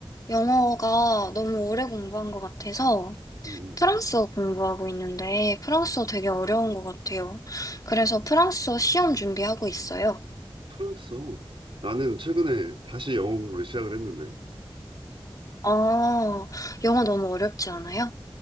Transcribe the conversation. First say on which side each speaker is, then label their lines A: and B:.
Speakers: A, on the left; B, on the right.
A: 영어가 너무 오래 공부한 것 같아서
B: 음,
A: 프랑스어
B: 음.
A: 공부하고 있는데, 프랑스어 되게 어려운 것 같아요. 그래서 프랑스어 시험 준비하고 있어요.
B: 프랑스어. 나는 최근에 다시 영어 공부를 시작을 했는데,
A: 아, 영어 너무 어렵지 않아요?